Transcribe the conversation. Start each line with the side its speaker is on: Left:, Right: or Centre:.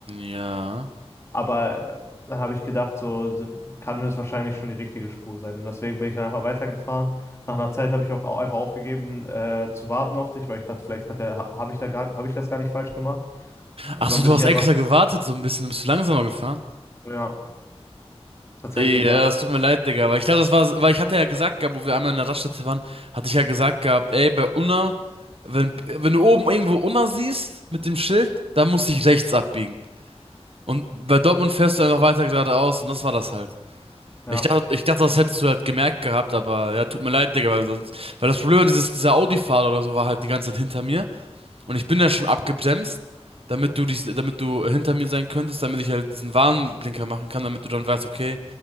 Right: Ja.
Left: Aber äh, dann habe ich gedacht, so so kann das wahrscheinlich schon die richtige Spur sein. Und deswegen bin ich dann einfach weitergefahren. Nach einer Zeit habe ich auch au- einfach aufgegeben, äh, zu warten auf dich, weil ich dachte, vielleicht hat der, ha- habe ich da gar, habe ich das gar nicht falsch gemacht.
Right: Ach
Left: Und
Right: so,
Left: dann
Right: du
Left: bin
Right: hast
Left: ich einfach,
Right: extra gewartet so ein bisschen, bist du langsamer gefahren?
Left: ja, tatsächlich,
Right: Ja,
Left: ja,
Right: es tut mir leid, Digga, weil ich glaube, das war, weil ich hatte ja gesagt gehabt, wo wir einmal in der Raststätte waren, hatte ich ja gesagt gehabt, ey, bei Unna, wenn, wenn du oben irgendwo Unna siehst mit dem Schild, dann musst du dich rechts abbiegen. Und bei Dortmund fährst du einfach weiter geradeaus und das war das halt.
Left: ja.
Right: Ich dachte, ich dachte, das hättest du halt gemerkt gehabt, aber ja, tut mir leid, Digga, weil sonst, weil das Problem war, dieses, dieser Audi-Fahrer oder so war halt die ganze Zeit hinter mir und ich bin ja schon abgebremst, damit du dich, damit du hinter mir sein könntest, damit ich halt diesen Warnblinker machen kann, damit du dann weißt, okay,